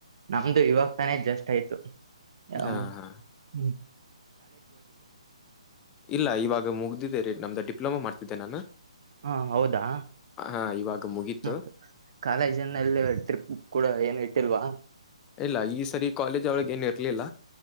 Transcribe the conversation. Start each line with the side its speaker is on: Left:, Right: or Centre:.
Right: ನಮ್ದು ಇವಾಗ ತಾನೇ ಜಸ್ಟ್ ಅಷ್ಟ ಆಯ್ತು ಹ
Left: ಹಾ ಹಾ
Right: ಹ್ಮ
Left: ಇಲ್ಲ ಇವಾಗ ಮುಗ್ದಿದ್ದೇರಿೀ ನಮ್ದ ಡಿ ಡಿಪ್ಲೊಮಾ ಮಾಡ್ತಿದ್ದೆ ನಾನು
Right: ಹಾ ಹೌದಾ
Left: ಹಾ ಇವಾಗ ಮುಗೀತು
Right: ಮ ಕಾಲೇಜಿನಲ್ಲಿ ಟ್ರಿಪ್ ಕೂಡ ಏನು ಇಟ್ಟಿಲ್ವಾ
Left: ಇಲ್ಲ ಈ ಸರಿ ಕಾಲೇಜ್ ಒಳಗ ಏನು ಇರ್ಲಿಲ್ಲ